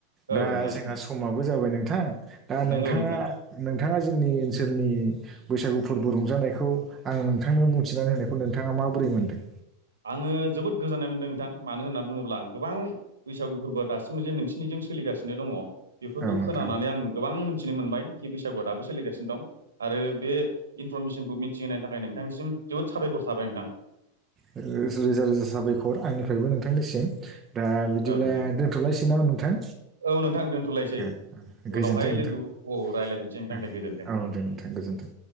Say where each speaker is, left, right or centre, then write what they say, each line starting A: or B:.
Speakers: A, on the right; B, on the right.
A: औ
B: दा
A: नोंथां
B: जोंहा समाबो जाबाय नोंथां दा
A: नंगौ
B: नोंथाङा
A: नोंथां
B: नोंथाङा जोंनि ओनसोलनि बैसागु फोरबो रंजानायखौ आङो नोंथांनो बुंथिनानै होनायखौ नोंथाङा माबोरै मोनदों
A: आङो जोबोद गोजोननाय मोनदों नोंथां मानो होनना बुङोब्ला गोबां बैसागु फोरबोआ दासिमबो जे नोंसिनिजों सोलिगासिनो दङ बेफोरखौ
B: औ नोंथां
A: खोनानानै
B: ओ
A: आं गोबां मोन्थिनो मोनबाय कि बैसागोआ दाबो सोलिगासिनो दं आरो बे इनफरमेसनखौ मिथिहोनायनि थाखाय नोंथांनिसिम जोबोद साबायखर थाबाय नोंथां
B: रोजा रोजा साबायखर आंनिफायबो नोंथांनिसिम दा बिदिब्ला
A: औ नोंथां
B: दोनथ'लायसै नामा नोंथां
A: औ नोंथां दोनथ'लायसै
B: <unintelligible> गोजोनथों
A: उनावहाय
B: नोंथां
A: लोगो
B: <unintelligible>
A: औ रायज्लायफिनसै नोंथां दे गोजोन्थों
B: औ दे नोंथां गोजोनथों